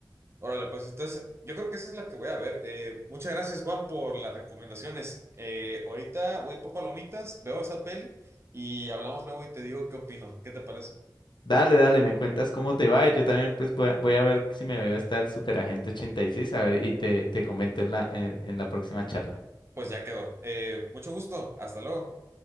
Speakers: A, on the right (about 35°); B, on the left (about 80°).
A: Órale, pues entonces yo creo que esa es la que voy a ver. Eh, muchas gracias, Juan, por las recomendaciones. Eh, ahorita voy por palomitas, veo esa peli y hablamos luego y te digo qué opino. ¿Qué te parece?
B: Dale, dale, me cuentas cómo te va y yo también pues voy a, voy a ver si me veo hasta el Super Agente seis a ver, y te, te comento en la, en en la próxima charla.
A: Pues ya quedó. Eh, mucho gusto. Hasta luego.